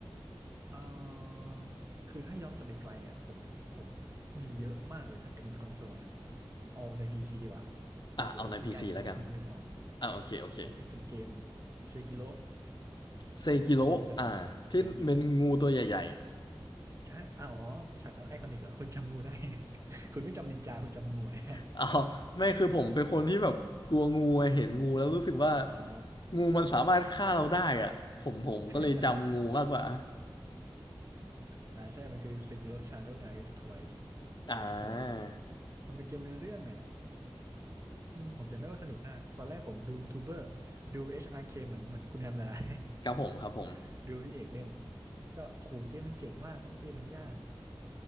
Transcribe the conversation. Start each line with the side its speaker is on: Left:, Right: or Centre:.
Right: เอ่อคือถ้าย้อนกลับไปไกลอ่ะผมผมมีเยอะมากเลยถ้าเกิดเป็นคอนโซลนะเอาใน PC ดีกว่า
Left: อ่ะเอาใน
Right: มันจะได้ใกล้ๆผมเพิ่งนึกออก
Left: PC แล้วกันอ่ะโอเคโอเค
Right: ผมนึกถึงเกมเซกิโ o
Left: เซกิโรอ่ะที่เป็นงูตัวใหญ่
Right: คุณรู้จักไหมเคยได้ยินไหม ใช่อ้าวอ๋อฉากนั้นไอคอนิกเหรอคุณจำงูได้ <laughs> คุณไม่จำนินจาคุณจำงูนะ
Left: ๆอ๋อไม่คือผมเป็นคนที่แบบกลัวงูอะเห็นงูแล้วรู้สึกว่า
Right: <laughs> อ๋อ
Left: งูมันสามารถฆ่าเราได้อ่ะผมผมก็เลยจำงูมากกว่า
Right: <laughs> อ่าใช่ มันคือ Sekiro Shadow Dies Twice
Left: อ่า
Right: นั่นแหละ มันเป็นเกมเนื้อเรื่องเนี่ยแหละอืมผมจำได้ว่าสนุกมากตอนแรกผมดูยูทูบเบอร์ดู HRK เคเหมือนเหมือนคุณแฮมนั่นแหละ
Left: ครับผมครับผม
Right: <laughs> ดูพี่เอกเล่น ก็โหเกมมันเจ๋งมากแล้วเกมมันยาก